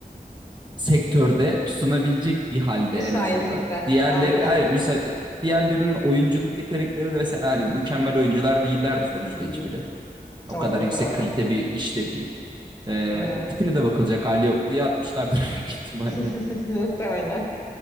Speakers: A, on the right; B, on the left.
A: sektörde tutunabilecek bir halde
B: Müsaitlikte.
A: en azından. Diğerleri
B: Aynen.
A: hayır, müsaade. Diğerlerinin oyunculuk yetenekleri de mesela hani mükemmel oyuncular değillerdi sonuçta
B: Değil.
A: hiçbiri. O
B: Doğru
A: kadar yüksek
B: doğru.
A: kalite bir iş de değil. E,
B: Evet.
A: tipine de bakılacak hali yok diye atmışlardır <laughs> büyük ihtimalle.
B: <laughs> Muhtemelen.